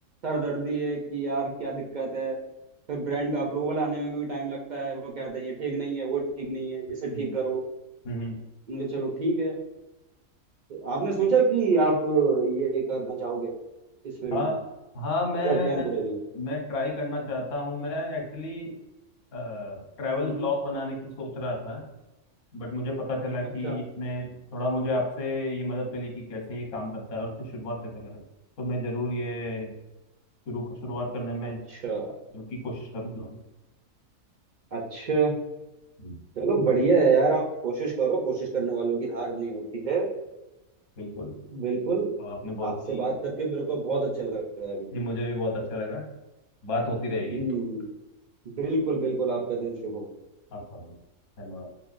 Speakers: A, on the right (about 55°); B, on the left (about 55°).
A: सरदर्दी है कि यार क्या दिक्कत है फिर ब्रांड का अप्रूवल आने में भी टाइम लगता है वो कहते हैं ये ठीक नहीं है वो ठीक नहीं है
B: हम्म
A: इसे ठीक करो
B: हम्म
A: उनके चलो ठीक है तो आपने सोचा कि आप ये करना चाहोगे इस फील्ड
B: हाँ
A: में
B: हाँ मैं
A: एज टेम्पोरेरी
B: मैं ट्राई करना चाहता हूँ मैं एक्चुअली ट्रैवल
A: हम्म
B: ब्लॉग बनाने की सोच रहा था बट मुझे पता चला कि
A: अच्छा
B: इसमें थोड़ा मुझे आपसे ये मदद मिली कि कैसे ये काम करता है और उसकी शुरुआत कैसे करें तो मैं ज़रूर ये शुरू शुरुआत करने में
A: अच्छा
B: जो की कोशिश करूँगा
A: अच्छा
B: <laughs>
A: चलो बढ़िया है यार आप कोशिश करो कोशिश करने वालों की हार नहीं होती है
B: बिल्कुल
A: बिल्कुल
B: आपने बहुत
A: आपसे
B: ही
A: बात करके मेरे को बहुत अच्छा लगा अभी
B: ये मुझे भी बहुत अच्छा लगा बात होती रहेगी
A: हम्म
B: तो।
A: बिल्कुल बिल्कुल आपका दिन शुभ हो
B: आपका भी धन्यवाद